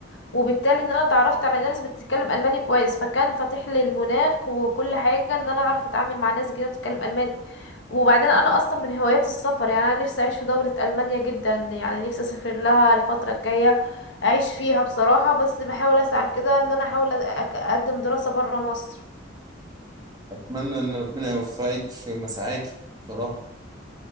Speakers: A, on the left; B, on the right.
A: وبالتالي ان انا اتعرفت على ناس بتتكلم الماني كويس فكان فاتح لي المناخ وكل حاجة ان انا اعرف اتعامل مع ناس جديدة بتتكلم الماني وبعدين انا اصلا من هوايات السفر يعني انا نفسي اعيش في دولة المانيا جدا يعني نفسي اسافر لها الفترة الجاية اعيش فيها بصراحة بس بحاول اسعى كده ان انا احاول أ- اقدم دراسة برا مصر
B: اتمنى ان ربنا يوفقك في مساعاكي بصراحة